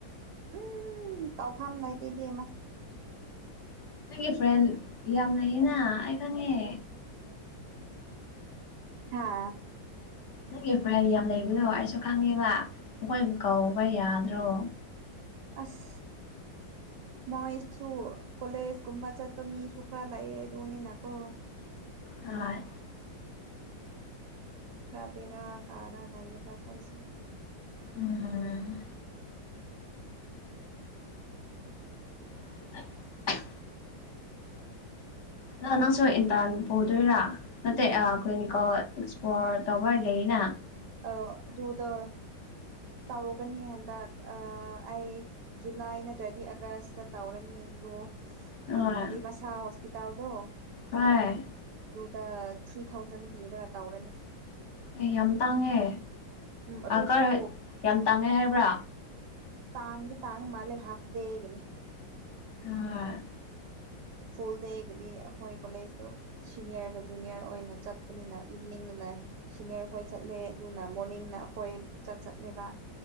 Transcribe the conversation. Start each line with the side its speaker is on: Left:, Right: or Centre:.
Right: ꯎꯝ ꯇꯥꯎꯐꯝ ꯂꯩꯇꯦ ꯏꯕꯦꯝꯃ
Left: ꯅꯪꯒꯤ ꯐ꯭ꯔꯦꯟ ꯌꯥꯝ ꯂꯩꯌꯦꯅ ꯑꯩ ꯈꯪꯉꯦ
Right: ꯍꯥꯥ
Left: ꯅꯪꯒꯤ ꯐꯔꯦꯟ ꯌꯥꯝ ꯂꯩꯕꯗꯣ ꯑꯩꯁꯨ ꯈꯪꯉꯦꯕ ꯃꯈꯣꯏꯕꯨ ꯀꯧꯕ ꯌꯥꯗ꯭ꯔꯣ
Right: ꯑꯁ ꯃꯣꯏꯁꯨ ꯀꯣꯂꯦꯖꯀꯨꯝꯕ ꯆꯠꯄ ꯃꯤꯁꯨ ꯈꯔ ꯂꯩꯌꯦ ꯑꯗꯨꯅꯤꯅꯀꯣ
Left: ꯑꯥꯟ
Right: ꯈꯔ ꯕꯦꯔ ꯀꯥꯔꯥ ꯂꯥꯏꯌꯦꯕ ꯃꯣꯏꯁꯤ
Left: ꯎꯝ <inaudible> ꯅ ꯅꯪꯁꯨ ꯏꯟꯇꯥꯟ ꯄꯨꯗꯣꯏꯔꯥ ꯅꯠꯇꯦ ꯑꯩꯈꯣꯏꯅꯤꯀꯣ ꯑꯦꯛꯁꯄ꯭ꯂꯣꯔ ꯇꯧꯕ ꯂꯩꯌꯦꯅ
Right: ꯑ ꯑꯗꯨꯗꯣ ꯇꯧꯒꯅꯤ ꯍꯟꯗꯛ ꯑ ꯑꯩ ꯖꯨꯂꯥꯏ ꯅꯠꯇ꯭ꯔꯗꯤ ꯑꯥꯒꯁꯇ ꯇꯧꯔꯅꯤꯗꯣ
Left: ꯍꯣꯏ
Right: ꯎꯝ ꯂꯤꯕꯁ ꯍꯣꯁꯄꯤꯇꯥꯜꯗꯣ
Left: ꯍꯣꯏ
Right: ꯑ ꯊ꯭ꯔꯤ ꯊꯥꯎꯖꯟ ꯄꯤꯔꯒ ꯇꯧꯔꯅꯤ
Left: ꯑꯩ ꯌꯥꯝ ꯇꯥꯡꯉꯦ
Right: ꯎꯝ ꯑꯗꯨꯁꯨ
Left: ꯑꯀꯔ ꯌꯥꯝ ꯇꯥꯡꯉꯦ ꯍꯥꯏꯕ꯭ꯔꯥ
Right: ꯇꯥꯡꯗꯤ ꯇꯥꯡꯕ ꯃꯥꯜꯂꯦ ꯍꯥꯐꯗꯦꯒꯤꯅꯤ
Left: ꯁꯥꯔ
Right: ꯐꯨꯜ ꯗꯦꯒꯗꯤ ꯑꯩꯈꯣꯏ ꯀꯣꯂꯦꯖꯇꯣ ꯁꯤꯅꯤꯌꯔꯒ ꯖꯨꯅꯤꯌꯔ ꯑꯣꯏꯅ ꯆꯠꯄꯅꯤꯅ ꯏꯚꯅꯤꯡꯗꯅ ꯅ ꯁꯤꯅꯤꯌꯔ ꯈꯣꯏ ꯆꯠꯂꯦ ꯑꯗꯨꯅ ꯃꯣꯔꯅꯤꯡꯅ ꯑꯩꯈꯣꯏ ꯆꯠ ꯆꯠꯂꯦꯕ